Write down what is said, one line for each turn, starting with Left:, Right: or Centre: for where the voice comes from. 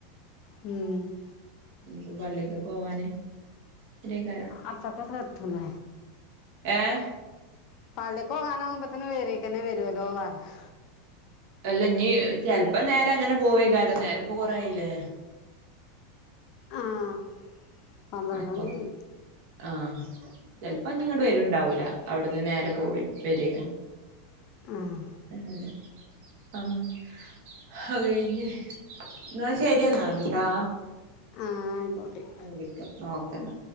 Left: ഉം
Right: നിപ്പൊ പള്ളിക്കക്ക് പോവാൻ വരോകാരം
Left: അത്തകസതുലേ
Right: ഏഹ്
Left: പള്ളിക്ക് പോകാനാകുമ്പോത്തന് പേരേക്കന്നെ വരുല്ലോ അറിയ
Right: അല്ല ഞ്ഞി ചെൽപ്പൊ നേരെ അങ്ങനെ പോവേകാരം നേരപ്പൊ കൊറായില്ലേ
Left: ആഹ് പന്ത്രണ്ട്
Right: അപ്പം
Left: മണി ആയി
Right: ആഹ് ചെൽപ്പോ ഞ്ഞി ഇങ്ങട്ട് വര്ണ്ടാവൂല അവിടുന്ന് നേരെ പോവ വരി
Left: ആഹ്
Right: അങ്ങനെ ആഹ് ഹത് കഴിഞ്ഞ് എന്നാ ശരിയെന്നാ ലിട്ടോ
Left: ആഹ് ആയിക്കോട്ടെ
Right: ഞാൻ വിളിക്ക നോക്കന്ന